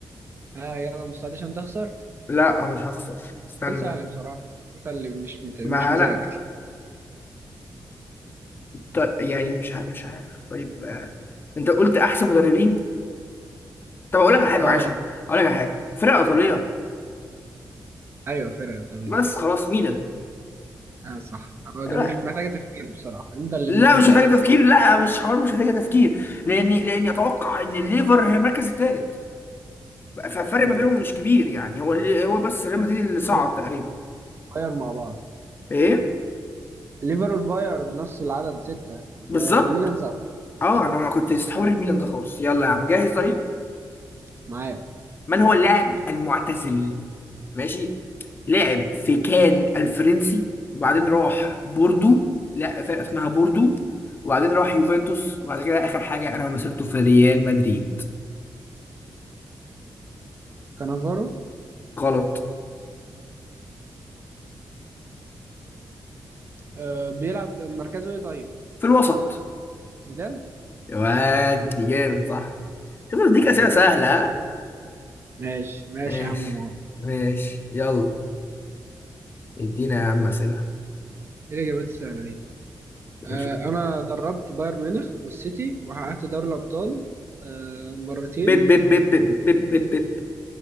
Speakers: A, on the right; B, on the left.
A: ها يلا مستعد عشان تخسر
B: لا أنا مش هخسر استنى
A: سؤال سهل بصراحه انت اللي مش مت... مش
B: ما
A: مذاكر
B: أنا ط- يعني مش ع- مش عارف طيب آه، أنت قلت أحسن مدربين طب أقول لك على حاجة
A: اه
B: معلش أقول لك على حاجة فرقة إيطالية
A: ايوه فرقه طبيعي
B: بس خلاص ميلان
A: اه صح هو ده
B: لا
A: مش محتاجه تفكير بصراحه انت اللي
B: لا
A: مش مذاكر
B: مش محتاجة تفكير
A: خالص
B: لا مش حوار مش محتاجة تفكير لأني لأني أتوقع إن الليفر هي المركز الثالث فالفرق
A: مم.
B: ما بينهم مش كبير يعني هو اللي- هو بس ريال مدريد اللي صعد
A: ليفر
B: تقريبا
A: باير مع بعض
B: ايه
A: ليفر والباير نفس العدد سته
B: بالظبط
A: آه، الميلان سبعه
B: اه انا ما كنت استحور الميلان ده خالص يلا يا عم جاهز طيب
A: معاه
B: من هو اللاعب المعتزل ماشي لاعب في كان الفرنسي وبعدين راح بوردو لا فرقه اسمها بوردو وبعدين راح يوفنتوس وبعد كده اخر حاجه انا مسيرته في ريال مدريد
A: كانافارو
B: غلط
A: آه، بيلعب في مركزه ايه طيب
B: في الوسط
A: زيدان
B: يا واد دي جامد صح شوف بديك
A: طب عليك
B: اسئله سهله ها
A: ماشي ماشي
B: ماشي
A: يا عم مار
B: ماشي يلا ادينا يا عم اسئله
A: ايه الاجابات السهله دي آه
B: ماشي
A: انا دربت بايرن ميونخ والسيتي وحققت دوري الابطال آه مرتين
B: بيب بيب بيب بيب بيب بيب